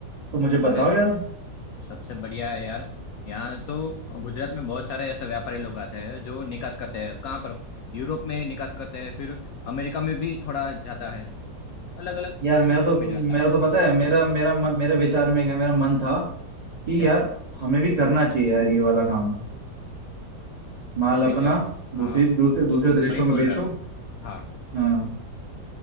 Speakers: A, on the right; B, on the left.
A: तो मुझे बताओ
B: अरे
A: यार
B: सबसे बढ़िया है यार यहाँ तो गुजरात में बहुत सारे ऐसे व्यापारी लोग आते हैं जो निकास करते हैं कहाँ पर यूरोप में निकास करते हैं फिर अमेरिका में भी थोड़ा जाता है अलग अलग
A: यार
B: कई
A: मेरा
B: देशों
A: तो
B: में
A: तुम
B: जाता
A: मेरा
B: है
A: तो पता है मेरा मेरा मन- मेरे विचार में क्या मेरा मन था कि
B: क्या
A: यार हमें भी करना चाहिए यार ये वाला काम माल
B: वो भी
A: अपना
B: सही है
A: दूसरी
B: हाँ
A: दूसरे दूसरे देशों
B: वही
A: में
B: बोल
A: बेचो
B: रहे हो हाँ
A: हाँ